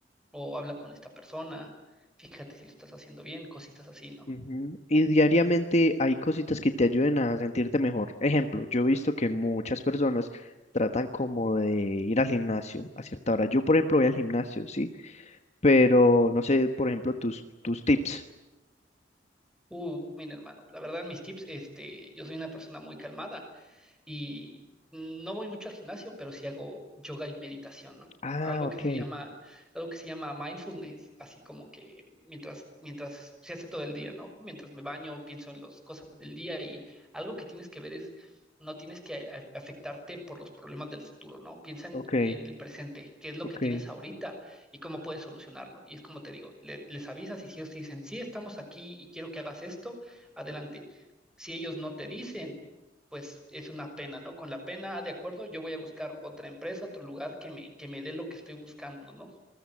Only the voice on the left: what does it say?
Ujú. Y diariamente hay cositas que te ayuden a sentirte mejor. Ejemplo, yo he visto que muchas personas tratan como de ir al gimnasio a cierta hora. Yo, por ejemplo, voy al gimnasio, sí, pero no sé, por ejemplo, tus, tus tips.
Ah,
ok,
ok,
ok,